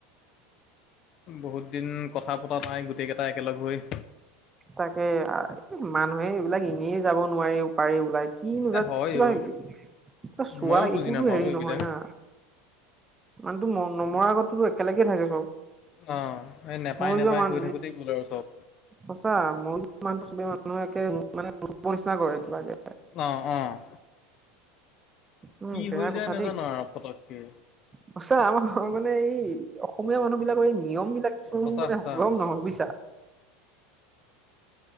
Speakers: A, on the left; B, on the right.
A: বহুত দিন কথা পতা নাই গোটেই কেইটা একেলগ হৈ।
B: তাকে, আ- এ মানুহে এইবিলাক এনেই যাব নোৱাৰি উপায় ওলাই কিনো জাষ্ট
A: এ হয়
B: কিবা
A: অ
B: কিবা চোৱা
A: ময়ো বুজি
B: একোতো
A: নাপাওঁ
B: হেৰি
A: এইবিলাক
B: নহয় না! মানুটো ম নমৰাৰ আগতো একেলগে থাকে চব!
A: অ, এই নেপাই
B: মৰি
A: নেপাই
B: যোৱা মান
A: কৈ থাকোঁতেই গ'ল আৰু চব।
B: সঁচা, মই ইমান চব মানুহে একে মানে ধূপৰ নিচিনা কৰে কিবা কে।
A: অ', অ'।
B: উম,
A: কি
B: বেয়া
A: হৈ যায়
B: কথা
A: নাজানো
B: দেই।
A: আৰু পতককে
B: সচাঁ, আমাৰ মানে এই অসমীয়া মানুহবিলাকৰ এই নিয়মবিলাক চব
A: সঁচা
B: মানে
A: সঁচা
B: হজম নহয়, বুজিছা?